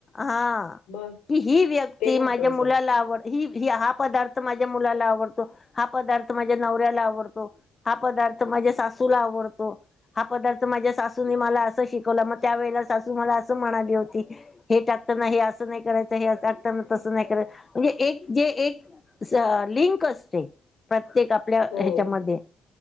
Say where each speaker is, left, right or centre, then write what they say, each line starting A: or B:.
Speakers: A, on the left; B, on the left.
A: हा
B: मग
A: की ही व्यक्ती
B: ते महत्वाचं
A: माझ्या मुलाला
B: आहे.
A: आवड ही हा पदार्थ माझ्या मुलाला आवडतो. हा पदार्थ माझ्या नवऱ्याला आवडतो. हा पदार्थ माझ्या सासूला आवडतो. हा पदार्थ माझ्या सासूने मला असं शिकवला मग त्यावेेळेला सासू मला असं म्हणाली होती. हे टाकताना हे असं नाही करायचं हे टाकताना तसं नाही करायचं म्हणजे एक जे एक अस लिंक असते प्रत्येक आपल्या
B: हो,
A: ह्याच्यामध्ये